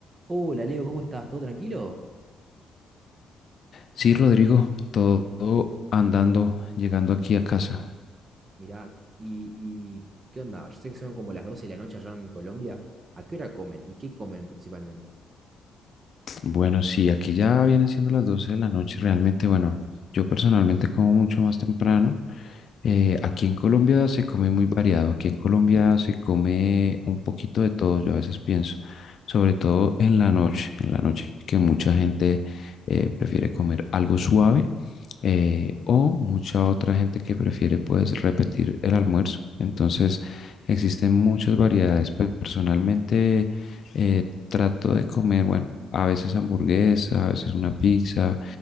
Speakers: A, on the right; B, on the left.
A: Hola Leo, ¿cómo estás? ¿Todo tranquilo?
B: Sí, Rodrigo, todo andando, llegando aquí a casa.
A: Mirá, y, y ¿qué onda? Yo sé que son como las 12 de la noche allá en Colombia. ¿A qué hora comen? ¿Y qué comen principalmente?
B: Bueno, sí, aquí ya vienen siendo las 12 de la noche. Realmente, bueno, yo personalmente como mucho más temprano. Eh, aquí en Colombia se come muy variado. Aquí en Colombia se come un poquito de todo, yo a veces pienso, sobre todo en la noche, en la noche que mucha gente eh, prefiere comer algo suave eh, o mucha otra gente que prefiere pues repetir el almuerzo. Entonces existen muchas variedades. Pe- Personalmente eh, trato de comer, bueno, a veces hamburguesa, a veces una pizza,